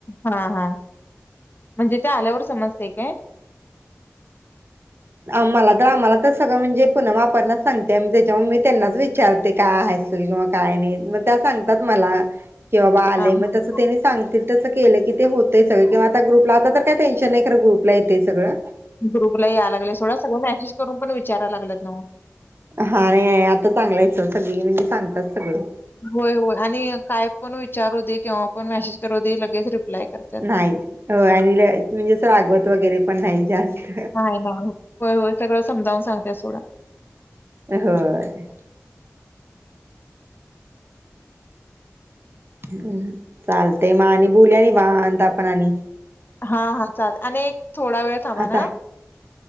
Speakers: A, on the left (about 40°); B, on the right (about 50°).
A: हा हा म्हणजे ते आल्यावर समजते काय
B: म्हाला तर आम्हाला तर सगळं म्हणजे पुन्हा वापरण्यास सांगते त्याच्यामुळे मी त्यांनाच विचारते काय आहे. काय नाही मग त्या सगतात मला क बा आलेयग
A: हा हा.
B: त्या नी सांगतील तसं केलं की ते होतंय सगळ किंवा आता ग्रुपला आता तर काय टेन्शन नाही खरं ग्रुपला येतय सगळं
A: ग्रुपला या लागले थोडं सगळं मेसेज करून पण विचारय लागत ना म
B: हा नाही आहे आता चांगला आहे स सगळी म्हणजे सांगतात सगळं
A: होय होय आणि काय पण विचारू दे केव्हा पण मेसेज करू दे लगेच रिप्लाय करत्यात.
B: नाही हो आणि म्हणजे रागवत वगैरे पण नाही जास्त.
A: ह ना. होय होय सगळं समावून सांगते सोडं,
B: होय. हम्म चालत मा आणि बोलूया आणि वाहनता पण आणि
A: हा हा चाल आणि थोडा वेळ थांबा
B: आता
A: ना,